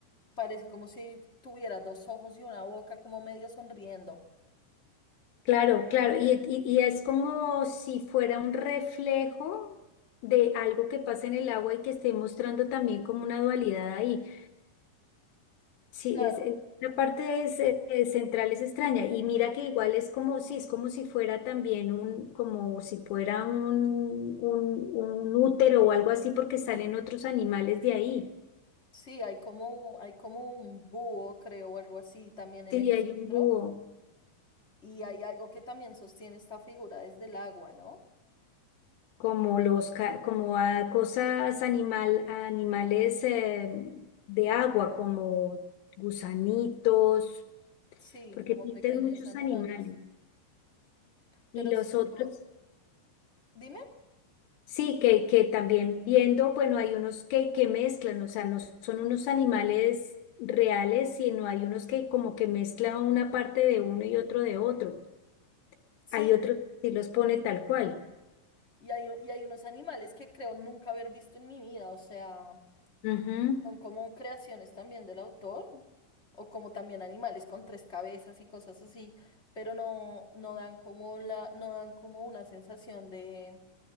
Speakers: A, on the left (about 20°); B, on the left (about 85°).
A: parece como si tuviera dos ojos y una boca como medio sonriendo.
B: Claro, claro, y, y- y es como si fuera un reflejo de algo que pasa en el agua y que esté mostrando también como una dualidad ahí. Sí,
A: Claro.
B: es, es- la parte es, eh, eh, central es extraña y mira que igual es como si, es como si fuera también un, como si fuera un, un, un útero o algo así porque salen otros animales de ahí.
A: Sí, hay como, hay como un búho, creo, o algo así también en
B: Sí,
A: el
B: hay
A: centro.
B: un búho.
A: Y hay algo que también sostiene esta figura desde el agua, ¿no?
B: como los ca- como a cosas animal a animales eh, de agua como gusanitos
A: Sí,
B: porque
A: como
B: pintan
A: pequeños
B: muchos
A: animales.
B: animales
A: Pero
B: y los
A: sí,
B: otros
A: yo, dime,
B: sí que que también viendo bueno hay unos que que mezclan o sea no son unos animales reales sino hay unos que como que mezclan una parte de uno y otro de otro
A: sí.
B: hay otros que sí los pone tal cual
A: Y hay, u- y hay unos animales que creo nunca haber visto en mi vida, o sea...
B: Ujú.
A: Son como creaciones también del autor, o como también animales con tres cabezas y cosas así, pero no, no dan como la, no dan como una sensación de